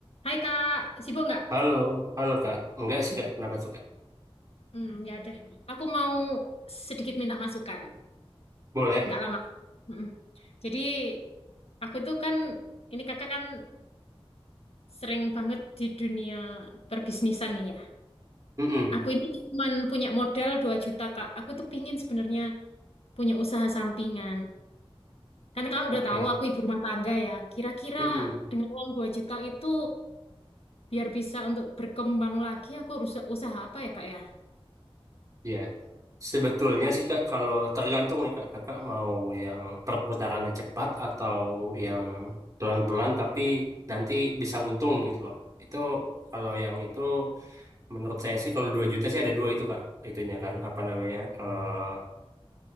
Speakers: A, on the left; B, on the right.
A: Hai Kak, sibuk nggak?
B: Halo, halo Kak. Enggak sih Kak, kenapa tuh Kak?
A: Hmm, ya udah. Aku mau sedikit minta masukan.
B: Boleh?
A: Nggak lama. Mm-mm. Jadi aku tuh kan, ini kakak kan sering banget di dunia perbisnisan nih ya.
B: Mm-mm.
A: Aku ini cuma punya modal dua juta Kak. Aku tuh pingin sebenarnya punya usaha sampingan. Kan kakak
B: Oke.
A: udah tahu aku ibu rumah tangga ya. Kira-kira
B: Mm-mm.
A: dengan uang 2 juta itu biar bisa untuk berkembang lagi aku harus usaha apa ya Kak ya?
B: Ya. Sebetulnya sih Kak, kalau tergantung nih Kak, Kakak mau yang perputarannya cepat atau yang pelan-pelan tapi nanti bisa untung gitu loh. Itu kalau yang itu menurut saya sih kalau 2 juta sih ada dua itu Kak. Itunya kan apa namanya? eh,